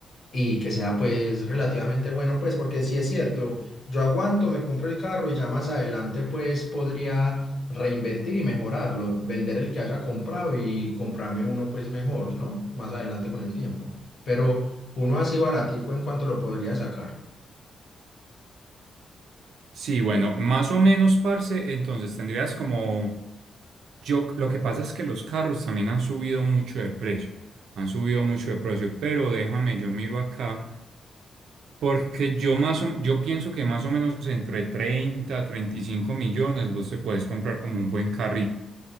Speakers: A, on the left; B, on the right.
A: y que sea pues relativamente bueno, pues porque si es cierto, yo aguanto, me compro el carro y ya más adelante pues podría reinvertir y mejorarlo, vender el que haya comprado y comprarme uno pues mejor, ¿no? Más adelante con el tiempo. Pero uno así baratico en cuanto lo podría sacar.
B: Sí, bueno, más o menos, parce, entonces tendrías como... Yo, lo que pasa es que los carros también han subido mucho de precio, han subido mucho de precio, pero déjame, yo miro acá, porque yo más o- yo pienso que más o menos entre 30 a 35 millones vos te puedes comprar como un buen carrito,